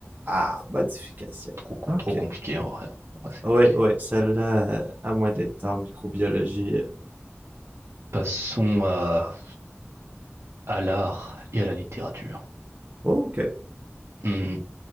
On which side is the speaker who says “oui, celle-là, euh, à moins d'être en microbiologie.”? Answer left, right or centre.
Right